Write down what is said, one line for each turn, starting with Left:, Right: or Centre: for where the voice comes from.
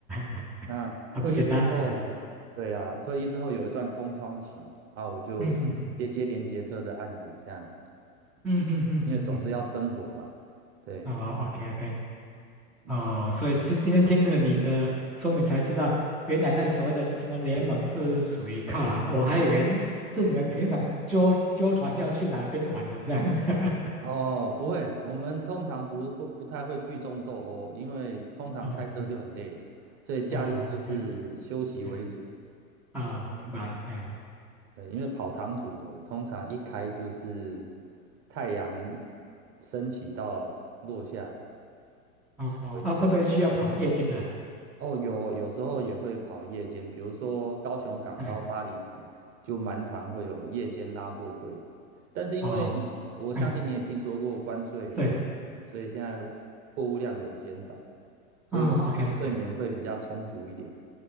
Centre: <laughs>
Right: 那退役之后，
Centre: 啊，不简单，哎，
Right: 对啊，退役之后有一段空窗期，啊，我就接接连结车的案子，
Centre: 嗯嗯嗯嗯
Right: 这样，
Centre: 嗯嗯嗯嗯嗯嗯，
Right: 因为总是要生活嘛，
Centre: 嗯
Right: 对。
Centre: 哦，OK OK，
Right: 嗯。
Centre: 哦，所以今今天听了您的说明才知道，原来那个所谓的什么联盟是属于靠行，我还以为是你们平常纠纠团要去哪边玩的这样子。<laughs>
Right: 哦，不会，我们通常不会不太会聚众斗殴，因为通常开车就很累，
Centre: 嗯，是，
Right: 所以假日就是休息为主。
Centre: 啊，OK，哎，哦，我明白，
Right: 嗯，
Centre: 哎，
Right: 对，因为跑长途的，通常一开就是
Centre: 嗯
Right: 太阳升起到落下
Centre: 哦，
Right: 才回家。
Centre: 哦啊，会不会需要跑夜间的？
Right: 哦，有有时候也会跑夜间，比如说高雄港到巴黎港，
Centre: 哎，
Right: 就蛮常会有夜间拉货柜。但是因为我相信你也听说过关税的问题，
Centre: 哦，哎，对，
Right: 所以现在货物量有减少，
Centre: 哦，OK，
Right: 所以我们睡眠会比较充足一点。